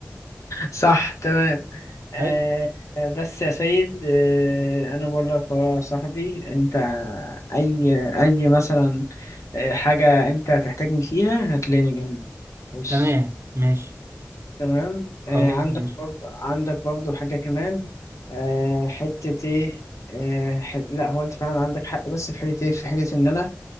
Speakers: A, on the left; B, on the right.
A: صح تمام آه
B: ايوه
A: بس يا سيد آه انا بقول لك يا صاحبي انت اي اي مثلا آه، حاجة انت هتحتاجني فيها هتلاقيني جنبك وش
B: تمام ماشي
A: تمام
B: خلاص
A: آه عندك
B: ماشي
A: برضه عندك برضه حاجة كمان آه حتة إيه آه ح... لا هو أنت فعلا عندك حق بس في حتة إيه في حتة إن أنا